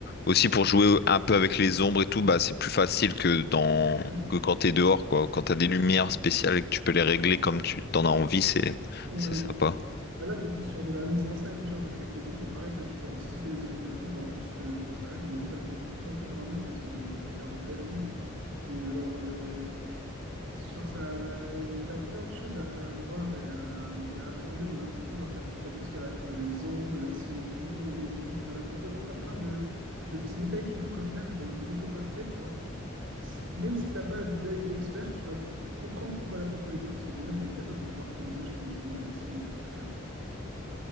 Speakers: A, on the left; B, on the right.
A: Aussi pour jouer un peu avec les ombres et tout, bah c'est plus facile que dans
B: <clears throat>
A: que quand t'es dehors, quoi. Quand t'as des lumières spéciales et que tu peux les régler comme tu t'en as envie, c'est
B: Ouais.
A: c'est sympa.
B: Bah là, t'es plus sur de la mise en scène, tu vois, parce qu'avec les ombres, pareil, tu vois, tu peux anticiper des trucs de fou, genre juste, euh, j'en sais rien, mais juste avec une petite lampe sur un mur, ça te fait des, ça peut te faire des belles ombres. Et genre, euh, genre ça, t'as plein de choses à, à voir et à, et à appréhender dans la photo. Genre, t'as, tu vois, tout ce qui va être les angles, la symétrie, euh, l'équilibre de la photo. Genre, t'as plein de, de petits détails qui font qu'au final, bah, une photo parfaite, genre, s- même si t'as pas d'œil expert, tu vas comprendre pourquoi la photo est bien, parce que ton œil va être capable de voir que l'image est équilibrée, symétrique, tout ça, quoi.